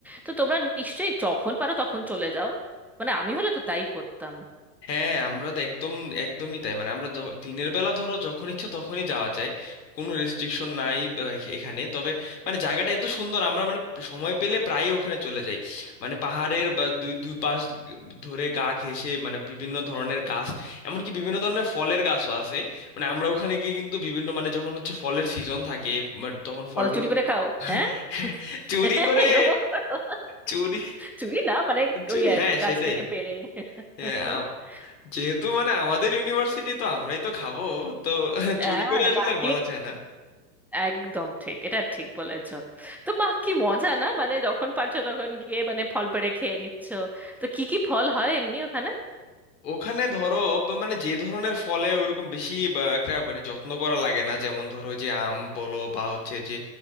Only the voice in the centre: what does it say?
তো তোমরা নিশ্চয়ই যখন পারো তখন চলে যাও মানে আমি হলে তো তাই করতাম
ফল
চুরি করে খাও হ্যাঁ
<laughs>
এরকম করো
চুরি না মানে
ওই আর
কি গাছ
থেকে পেড়ে <laughs>
হ্যাঁ
না ঠিক
একদম ঠিক এটা ঠিক বলেছো তো বাহ কি মজা না মানে যখন পারছো তখন গিয়ে মানে ফল পেড়ে খেয়ে নিচ্ছ তো কি কি ফল হয় এমনি ওখানে